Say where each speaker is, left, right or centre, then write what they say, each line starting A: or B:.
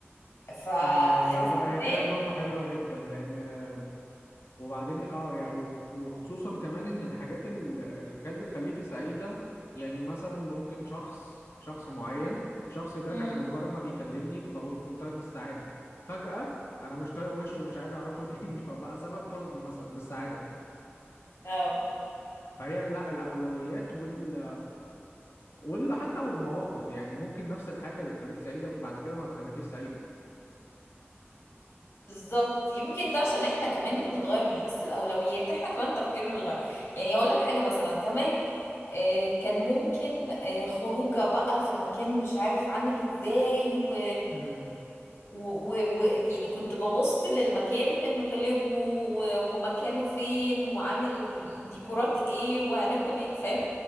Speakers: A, on the left (about 65°); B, on the left (about 75°).
A: فالزبدان
B: آه لا هي فعلا نقطة حلوة جدا لأن آم، وبعدين اه يا- و- وخصوصا كمان إن الحاجات ال- اللي كانت بتخليكي سعيدة يعني مثلا ممكن شخص شخص معين الشخص
A: <laughs>
B: ده
A: امم
B: كان بمجرد ما بيكلمني كنت بقول كنت طاير من السعادة فجأة أنا مش طايق وشه ومش عايز أعرفه <laughs> تاني فبقى سبب حزن مثلا مش سعادة
A: اه
B: فهي لا الاولويات وال ولا حتى والمواقف يعني ممكن نفس الحاجه اللي تخليك سعيده بعد كده ما هتخليكيش سعيده
A: بالظبط يمكن ده عشان احنا كمان بنتغير مش بس الاولويات احنا كمان تفكيرنا بيتغير يعني اقول لك حاجه مثلا زمان آه، كان ممكن آه، خروجه بقى في مكان مش عارف عامل ازاي و...
B: امم
A: و... و... و... يعني كنت ببص للمكان من غلوه و... ومكانه فين وعامل ديكورات ايه وهناكل ايه فاهم